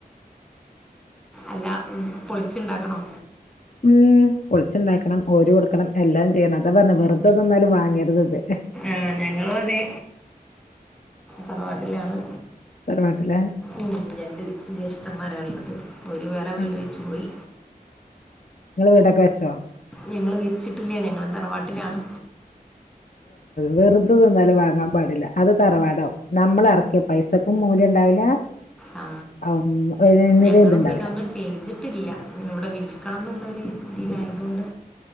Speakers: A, in the centre; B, on the left.
A: അല്ല പൊളിച്ചുണ്ടാക്കണോ
B: ഉം പൊളിച്ചുണ്ടാക്കണം ഓഹരി കൊടുക്കണം എല്ലാം ചെയ്യണം അതാ പറഞ്ഞെ വെറുതെ തന്നാലും വാങ്ങരുത് ഇത്
A: ആഹ് ഞങ്ങളും അതെ തറവാട്ടിലാണ്
B: തറവാട്ടിലെ
A: ഉം രണ്ട് ജ്യേഷ്ഠന്മാരാ ഉള്ളത് ഓരു വേറെ വീട്
B: ആഹ്
A: വെച്ചു പോയി
B: നിങ്ങള് വീടൊക്കെ വെച്ചോ
A: ഞങ്ങള് വെച്ചിട്ടില്ല ഞങ്ങളും തറവാട്ടിലാണ്
B: വെറുതന്താലും വാങ്ങാൻ പാടില്ല അത് തറവാടാവും നമ്മളെറക്കിയ പൈസക്കും മൂല്യം ഉണ്ടാവില്ല
A: ആ
B: ഒന്ന് ഒന്നിനും
A: ഞങ്ങളും
B: ഇതുണ്ടാവില്ല
A: പിന്നെ ഒന്നും ചെയ്തിട്ടില്ല ഇവിടെ വിൽ ക്കണംന്നൊളേളാര് ഇതിലായതുകൊണ്ട്